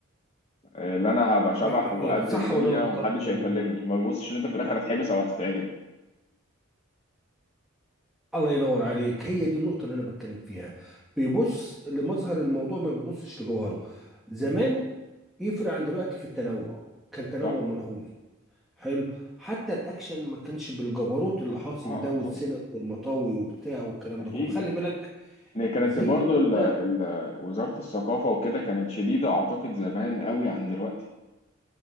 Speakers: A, on the left; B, in the centre.
A: آه، اللي أنا هبقى شبح
B: ما ما-
A: وقد
B: يعني صح
A: الدنيا
B: ولا انا غلطان
A: ومحدش
B: يعني
A: هيكلمني ما بيبصش إن أنت في الآخر هتحبس أو هتتعدم
B: الله ينور عليك هي دي النقطة اللي أنا بتكلم فيها بيبص لمظهر الموضوع ما بيبصش لجوهره زمان يفرق عن دلوقتي في التنوع كان تنوع
A: صح؟
B: ملحوظ حلو حتى الأكشن ما كانش بالجبروت اللي حاصل
A: أه
B: ده
A: أه طبعا
B: والسنج والمطاوي وبتاع والكلام
A: أكيد
B: ده كله خلي بالك
A: هي كانت
B: زي
A: برضو
B: ما
A: ال
B: أنت
A: ال وزارة الثقافة وكده كانت شديدة أعتقد زمان قوي عن دلوقتي